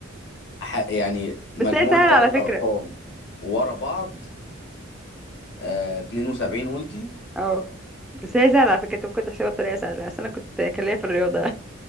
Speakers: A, on the left (about 60°); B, in the centre.
A: ح- يعني مجموع
B: بس هي سهلة
A: ثلاث
B: على
A: ارقام
B: فكرة
A: ورا بعض آه 72 قلتي
B: اه بس هي سهلة على فكرة انت ممكن تحسبها بطريقة سهلة بس انا كنت كان ليا في الرياضة